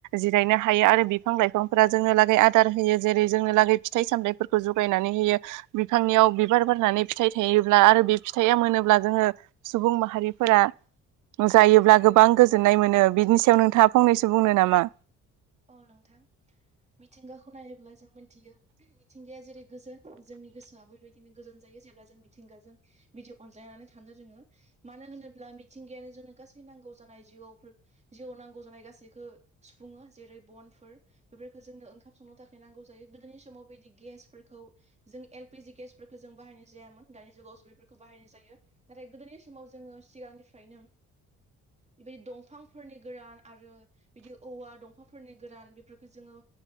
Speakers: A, on the right; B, on the right.
A: जिरायनो हायो आरो बिफां लाइफांफोरा जोंनो लागै आदार होयो जेरै जोंनो लागै फिथाइ सामथाइफोर खौ जुगायनानै होयो बिफांनियाव बिबार बारनानै फिथाइ थायोब्ला आरो बे फिथाइया मोनोब्ला जोङो सुबुं माहारिफोरा जायोब्ला गोबां गोजोननाय मोनो बिनि सायाव नोंथाङा फंनैसो बुंनो नामा
B: औ नोंथां मिथिंगाखौ नायोब्ला जों मिथियो मिथिंगाया जेरै गोजोन जोंनि गोसोआबो बेबायदिनो गोजोन जायो जेब्ला जों मिथिंगाजों बिदि अनज्लायनानै थानो रोङो मानो होनोब्ला मिथिंगायानो जोंनो गासै नांगौ जानाय जिउआवफोर जिउआव नांगौ जानाय गासैखौ सुफुङो जेरै बनफोर बेफोरखौ जोंनो ओंखाम संनो थाखाय नांगौ जायो गोदोनि समाव बिदि गेसफोरखौ जों एलपिजि गेसफोरखौ जों बाहायनाय जायामोन दानि जुगावसो बेफोरखौ बाहायनाय जायो नाथाय गोदोनि समाव जोङो सिगांनिफ्रायनो बेबायदि दंफांफोरनि गोरान आरो बिदि औवा दं फांफोरनि गोरान बेफोरखौ जोङो